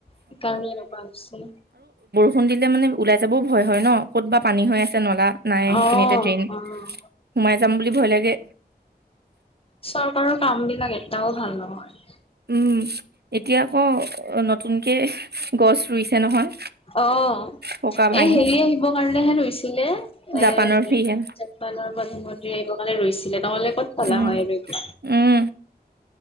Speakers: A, on the left (about 35°); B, on the right (about 70°).
A: সেইকাৰণে এনেকোৱা হৈছে।
B: খুন্দিলে মানে ওলাই যাবও ভয় হয় ন ক'ত বা পানী হৈ আছে নলা? নাই
A: অ',
B: সেইখিনি এতিয়া ট্ৰেইন
A: অ',
B: সোমাই যাম বুলি ভয় লাগে।
A: চৰকাৰৰ কামবিলাক এটাও ভাল নহয়।
B: উম, এতিয়া আকৌ নতুনকে গছ ৰুইছে নহয়?
A: অ, এ
B: পকা ভাঙি
A: হেৰি আহিবৰ কাৰণেহে লৈছিলে এ
B: জাপানৰ
A: হেৰি
B: ফিহে
A: জাপানৰ প্ৰধানমন্ত্ৰীয়ে এইবঙালে ৰৈছিলে নগলে ক'ত খলা
B: উম
A: হয় এই <inaudible>
B: উম